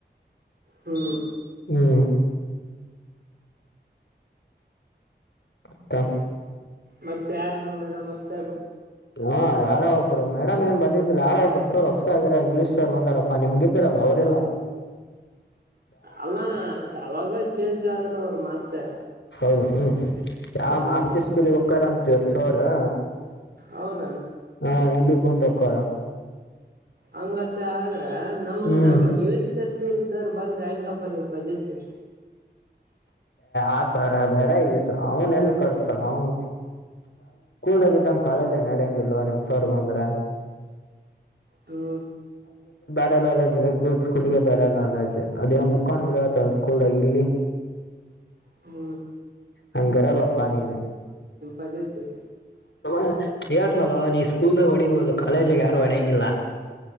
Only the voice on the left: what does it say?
ಹ್ಮ್ ಮತ್ತ
ಹಾ ಯಾರೋ ಒಬ್ರು ಮೇಡಮ್ ಏನ್ ಬಂದಿದಿದ್ದಿಲ್ಲ ಯಾರ ಒಬ್ರು ಸರ್ ಹೊಸ ಆಗರಾರ ಇಂಗ್ಲೀಷ್ ಸರ್ ಬಂದಾರ ನಿಮ್ಗೆ ಇರಲ ಅವ್ರು ಇಲ್ಲ
ಹೌದ ಹ ಯಾವ
ಮಾಸ್ತಿ ಸ್ಕೂಲಿಗೆ ಹೋಗ್ತಾರಂತ ಸರ್ ರು
ಹಾ ಇಲ್ಲಿ ಬಂದ್ ಒಕ್ಕಾರ
ಹ್ಮ್
ಆ ತರ ಬೇಡ ಈ ಅವನ್ ಎಲ್ ಕರ್ಸ್ತ ಅವನ್ ದಾಗಿದ್ದಂಗ ಕಾಲೇಜ ನಡಂಗ ಇಲ್ವಾ ನಿಮ್ಸರ್ ಬಂದ್ರ
ಬೇ ನಾಲೇಜ್ ಬೇಕು ಸ್ಕೂಲ್ಗೆ ಬೇರೆ ನಾಲೆಜ್ ಅದೇ್ ಬುಕ್ ನಡ ಸ್ಕೂಲ್ಾಗ ಇಲ್ಲಿ
ಹಂಗರಲ್ಲಪ್ಪಾ ನೀವು
ಹೇಳ್ನಿ ಅ ನೀ ಸ್ಕೂಲ್ದಾಗ ಹೊಡಿಬಹುದು ಕಾಲೇಜಿಗೆ ಯಾರು ಹೊಡ್ಯಂಗಿಲ್ಲ